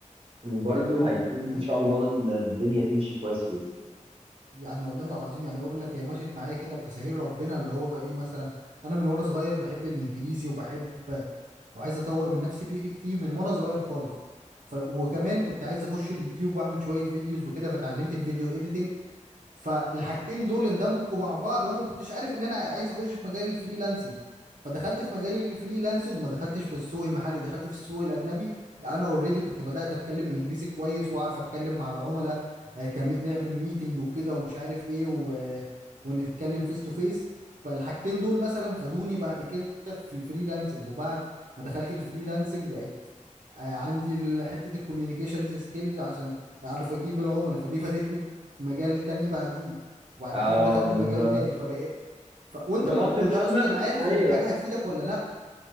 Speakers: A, on the right; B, on the right.
A: وبرضو هيكون
B: ايوه
A: ان شاء الله
B: أيوة.
A: الدنيا تمشي كويس فيها
B: يعني والله العظيم يعني اقول لك هي مشيت معايا كده بتساهيل ربنا اللي هو ايه مثلا انا من وانا صغير بحب الانجليزي وبحب وعايز اطور من نفسي بيه- فيه من وانا صغير خالص ف... وكمان كنت عايز اخش اليوتيوب واعمل شويه فيديوز وكده فتعلمت الفيديو اديتنج فالحاجتين دول اندمجوا مع بعض وانا ما كنتش عارف ان انا عايز اخش في مجال الفريلانسنج فدخلت في مجال الفريلانسنج وما دخلتش في السوق المحلي دخلت في السوق الاجنبي انا اوريدي كنت بدات اتكلم انجليزي كويس واعرف اتكلم مع العملاء آه، كم- نعمل ميتنج وكده ومش عارف ايه و... ونتكلم فيس تو فيس فالحاجتين دول مثلا فادوني بعد كده في الفريلانسنج وبعد ما دخلت الفريلانسنج بقت آه، عندي ال- حته الكوميونيكيشنز سكيل عشان اعرف اجيب العملاء فدي فاتتني في مجال تاني بعديه وبعد
A: آه
B: كده دخلت
A: بالظبط،
B: مجال تاني فبقى ف... وانت
A: بغض
B: ما بتكونش
A: النظر
B: اصلا عارف
A: ايوه
B: ان الحاجة هتفيدك ولا لا